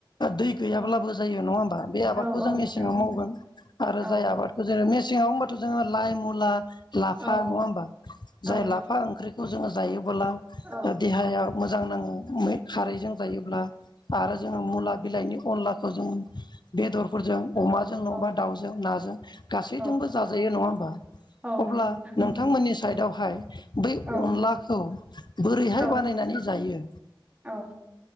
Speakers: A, on the left; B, on the right.
A: दै गैयाब्लाबो
B: औ
A: जायो नङा होमबा बे आबादखौ
B: औ औ
A: जों
B: नोंथां
A: मेसेङाव मावगोन। आरो जाय
B: औ
A: आबादखौ जों मेसें आव होनबाथ' जों लाइ मुला लाफा
B: औ
A: नङा होनबा जाय
B: औ
A: लाफा ओंख्रिखौ जोङो जायोबोब्ला
B: औ
A: देहाया मोजां नाङो खारैजों जायोब्ला आरो जोङो मुला बिलाइनि अनलाखौ जों बेदरफोरजों अमाजों नङाबा
B: औ
A: दाउ नाजों गासैजोंबो
B: औ
A: जाजायो नङा होमबा
B: औ
A: अब्ला
B: नंगौ नोंथां
A: नोंथांमोननि साइडआवहाय बै
B: औ
A: अनलाखौ बोरैहाय
B: औ
A: बानायनानै जायो
B: औ